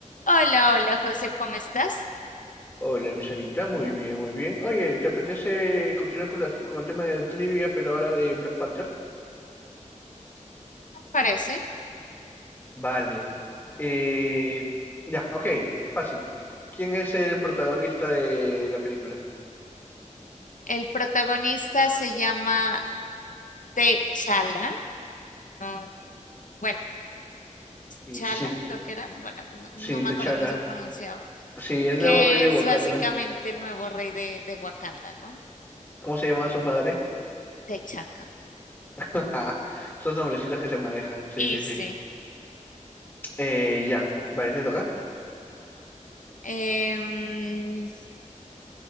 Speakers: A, on the left; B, on the left.
A: Hola, hola José, ¿cómo estás?
B: Hola, miserita, muy bien, muy bien. Oye, ¿te apetece continuar con, las, con el tema de trivia, pero ahora de Black Panther?
A: Parece.
B: Vale. Eh, ya, ok, fácil. ¿Quién es el protagonista de la película?
A: El protagonista se llama T'Challa, no, bueno,
B: Y
A: Chala
B: sí,
A: creo que era, bueno, como- no
B: sí,
A: me
B: T'Challa.
A: acuerdo cómo se pronunciaba,
B: Sí, el
A: que
B: nuevo rey de
A: es
B: Wakanda.
A: básicamente el nuevo rey de, de Wakanda, ¿no?
B: ¿Cómo se llamaba su padre?
A: T'Chaka.
B: <laughs> Esos nombrecitos que se manejan. Sí,
A: Y
B: sí,
A: sí.
B: sí. Eh, ya, vale, ¿te toca?
A: em,